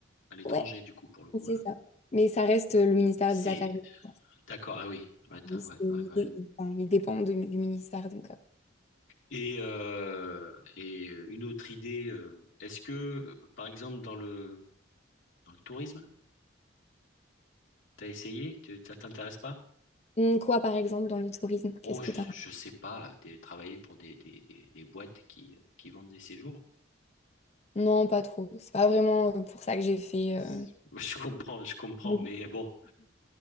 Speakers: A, on the left; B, on the left.
A: à l'étranger,
B: Ouais,
A: du coup, pour le coup,
B: c'est
A: là.
B: ça. Mais ça reste euh, le ministère
A: C'est.
B: des Affaires étrangères.
A: D'accord, ah oui, ouais, t'as-
B: Il, c'est-
A: ouais,
B: il
A: ouais, ouais.
B: dé- il- enfin, il dépend du, du ministère. Donc, euh.
A: Et, euh, et une autre idée, euh, est-ce que, par exemple, dans le, dans le tourisme, t'as essayé? Tu- Ça t'intéresse pas?
B: Hum, Quoi, par exemple, dans le tourisme?
A: Oh,
B: Qu'est-ce
A: je,
B: que t'as?
A: je sais pas, des, travailler pour des, des, des, des boîtes qui, qui vendent des séjours.
B: Non, pas trop. C'est pas vraiment euh, pour ça que j'ai fait. euh,
A: <laughs> Je comprends, je comprends,
B: Ouais.
A: mais bon,